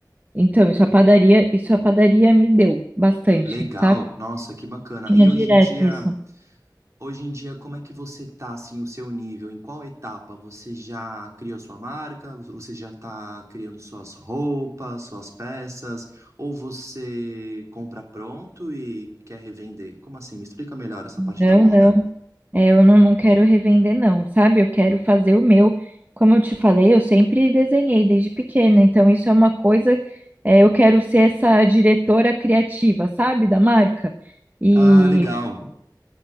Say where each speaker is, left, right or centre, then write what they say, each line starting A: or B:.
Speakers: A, on the right (about 25°); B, on the right (about 45°).
A: Então, isso a padaria, isso a padaria me deu bastante,
B: Legal,
A: sabe?
B: nossa, que bacana.
A: Tinha
B: E hoje
A: direto
B: em dia,
A: isso.
B: hoje em dia, como é que você tá assim, o seu nível? Em qual etapa? Você já criou sua marca? Você já tá criando suas roupas, suas peças? Ou você compra pronto e quer revender? Como assim? Me explica melhor essa parte
A: Não,
B: da moda.
A: não. É, eu não, não quero revender, não, sabe? Eu quero fazer o meu. Como eu te falei, eu sempre desenhei desde pequena, então isso é uma coisa. é, eu quero ser essa diretora criativa, sabe? Da marca. E
B: Ah, legal.